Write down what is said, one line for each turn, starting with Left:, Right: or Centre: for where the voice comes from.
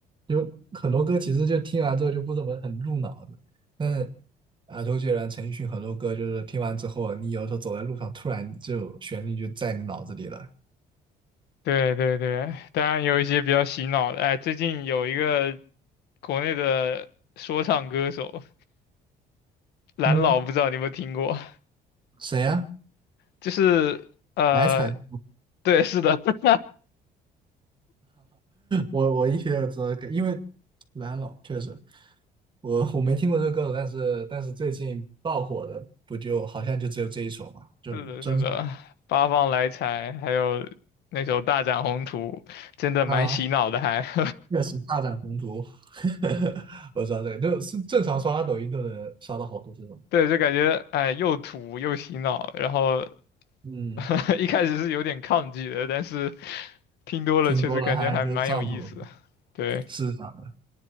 Right: 就很多歌其实就听完之后就不怎么很入脑子，但是啊，周杰伦、陈奕迅很多歌就是听完之后，你有时候走在路上，突然就旋律就在你脑子里了。
Left: 对对对，当然有一些比较洗脑的。哎，最近有一个国内的说唱歌手蓝老，
Right: 嗯，
Left: 不知道你有没有听过？
Right: 谁呀、
Left: 就是呃，
Right: 来财？
Left: 对，是的，<laughs>
Right: 我我一听就知道这个因为蓝老确实，我我没听过这个歌手，但是但是最近爆火的不就好像就只有这一首嘛，就是真
Left: 是的，是的，八方来财，还有那首《大展宏图》，真的蛮洗脑的还，
Right: 啊，
Left: <laughs>
Right: 确实大展宏图，<laughs> 我知道这个，就是正常刷抖音都能刷到好多这种，
Left: 对，就感觉哎又土又洗脑，然后
Right: 嗯，
Left: <laughs> 一开始是有点抗拒的，但是听多了确实感觉还蛮有意思的。
Right: 听多了还就上头了，
Left: 对，
Right: 是这样的，